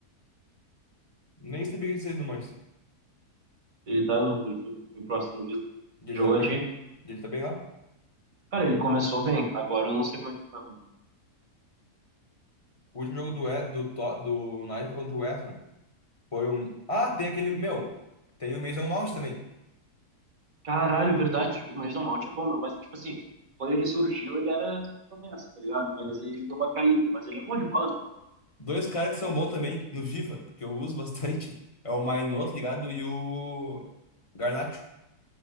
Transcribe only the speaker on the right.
Ele tá no. Ele foi, foi pro Aston Villa.
Jogou
a Champions.
Cara, ele começou bem. Agora eu não sei como é que tá, mas.
Caralho, verdade. O Mason Mount é bom, meu. Mas, tipo assim, quando ele surgiu, ele era uma promessa, tá ligado? Mas ele deu uma caída. Mas ele é bom de bola, meu.